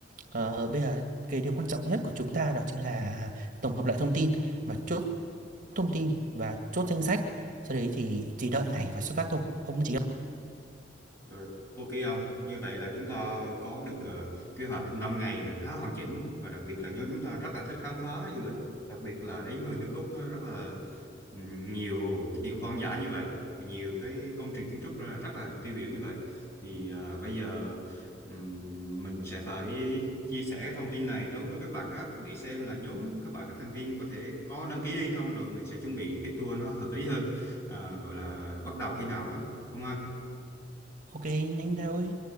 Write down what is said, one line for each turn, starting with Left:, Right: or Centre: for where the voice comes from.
Right: Ờ, bây giờ cái điều quan trọng nhất của chúng ta đó chính là tổng hợp lại thông tin mà chốt thông tin và chốt danh sách sau đấy thì chỉ đợi ngày và xuất phát thôi ông chỉ
Left: Rồi, ok không? Như vậy là chúng ta có được ờ, kế hoạch 5 ngày là khá hoàn chỉnh và đặc biệt là nhóm chúng ta rất là thích khám phá du lịch, đặc biệt là đến với nước Úc ờ, rất là ừm, nhiều cái điều hoang dã như vậy, nhiều cái công trình kiến trúc ra rất là tiêu biểu như vậy. Thì ờ, bây giờ ừm, mình sẽ phải chia sẻ cái thông tin này đối với các bạn khác để xem là nhóm các bạn các thành viên có thể có đăng ký đi không rồi mình sẽ chuẩn bị cái tour nó hợp lý hơn, à, gọi là bắt đầu khi nào đó. Không ha?
Right: ok nhanh thôi